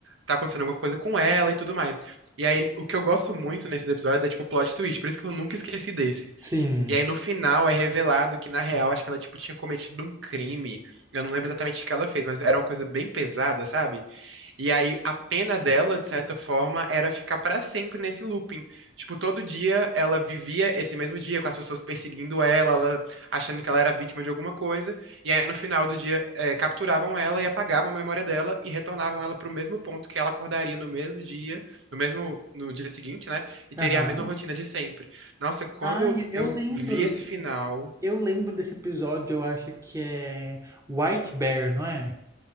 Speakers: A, on the right; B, on the right.
A: tá acontecendo alguma coisa com ela e tudo mais. E aí, o que eu gosto muito nesses episódios é, tipo, plot twist. Por isso que eu nunca esqueci desse.
B: Sim.
A: E aí no final é revelado que, na real, acho que ela, tipo, tinha cometido um crime. Eu não lembro exatamente o que ela fez, mas era uma coisa bem pesada, sabe? E aí a pena dela, de certa forma, era ficar pra sempre nesse looping. Tipo, todo dia ela vivia esse mesmo dia com as pessoas perseguindo ela, ela achando que ela era vítima de alguma coisa. E aí no final do dia eh, capturavam ela e apagavam a memória dela e retornavam ela pro mesmo ponto que ela acordaria no mesmo dia, no mesmo no dia seguinte, né? E teria
B: Aham.
A: a mesma rotina de sempre. Nossa, quando
B: Ai, eu
A: eu
B: lembro.
A: vi esse final
B: Eu lembro desse episódio, eu acho que é White Bear, não é?